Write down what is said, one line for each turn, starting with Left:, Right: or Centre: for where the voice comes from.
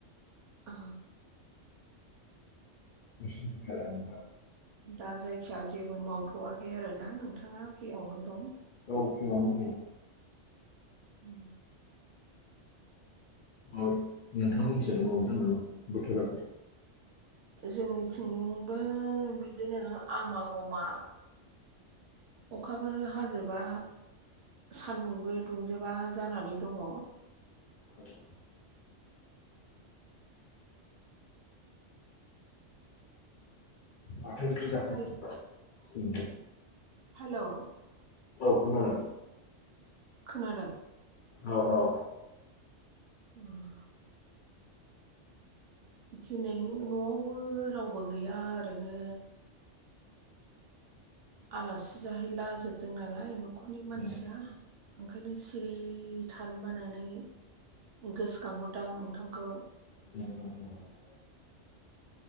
Right: अ
Left: <inaudible>
Right: दा जायखिया जेबो मावथ'आखै आरोना नोंथाङा फ्रियावनो दं।
Left: ओ फ्रियावनो दङो।
Right: उ
Left: औ नोंथां बुंसोदो माबा जानांगौ बोथोरा,
Right: जोंनिबो बिदिनो आमा ग'मा। अखाबो हाजोबा सान्दुंबो दुंजोबा जानानै दङ।
Left: द माथो ओंख्रि जाखो?
Right: हेल'
Left: भिन्दि,
Right: हेलौ!
Left: औ खोनादों।
Right: खोनादों।
Left: औ औ
Right: उम। दिनै न'आवबो रावबो गैया ओरैनो, आलासि जाहैलाजोबदों नालाय न'खरनि मानसिया।
Left: ए
Right: ओंखायनो सिरि थानो बानानै गोसोखांहरदों आं नोंथांखौ।
Left: ग